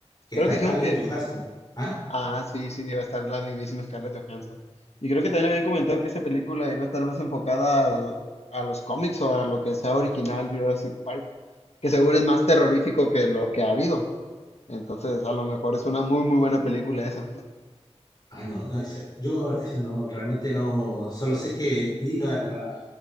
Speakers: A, on the left (about 40°); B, on the left (about 70°).
A: que
B: Creo
A: está
B: que
A: Scarlett
B: dijeron que
A: Johansson. ¿Ah?
B: Ah, sí, sí, va a estar la mismísima Scarlett Johansson. Y creo que también habían comentado que esa película iba a estar más enfocada al- a los cómics o a lo que sea original Jurassic Park, que seguro es más terrorífico que lo que ha habido. Entonces, a lo mejor es una muy, muy buena película esa.
A: Ah, no, no, esa- yo eso no, realmente no, solo sé que vi la, la,